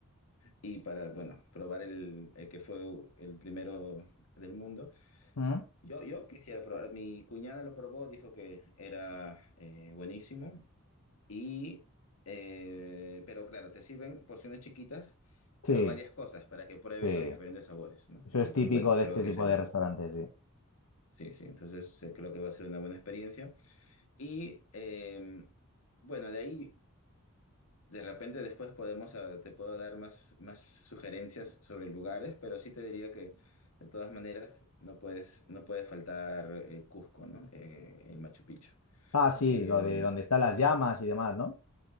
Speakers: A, on the left; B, on the left.
A: Y para, bueno, probar el, el que fue el primero del mundo.
B: ¿Mm?
A: Yo, yo quisiera probar, mi cuñada lo probó, dijo que era eh, buenísimo. Y, eh, pero claro, te sirven porciones chiquitas,
B: Sí,
A: pero varias cosas para que pruebes
B: sí.
A: los diferentes sabores, ¿no?
B: Eso es
A: Pero
B: típico
A: bueno,
B: de
A: creo
B: este
A: que
B: tipo
A: será.
B: de restaurantes, sí.
A: Sí, sí, entonces eh, creo que va a ser una buena experiencia. Y eh, bueno, de ahí, de repente después podemos, ah, te puedo dar más, más sugerencias sobre lugares, pero sí te diría que de todas maneras no puedes, no puede faltar eh, Cusco, ¿no? Eh, el Machu Picchu.
B: Ah, sí,
A: Eh,
B: lo de donde están las llamas y demás, ¿no?